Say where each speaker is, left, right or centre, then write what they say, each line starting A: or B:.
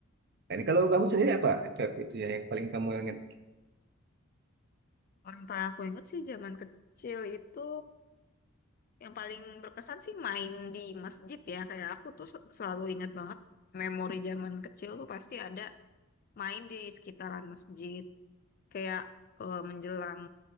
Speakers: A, on the right; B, on the left.
A: Ini kalau kamu sendiri apa? Cap, itu ya yang paling kamu ingat.
B: Kalau Yang paling aku ingat sih zaman kecil itu yang paling berkesan sih main di masjid ya. Kayak aku tuh se- selalu ingat banget memori zaman kecil tuh pasti ada main di sekitaran masjid. Kayak eh, menjelang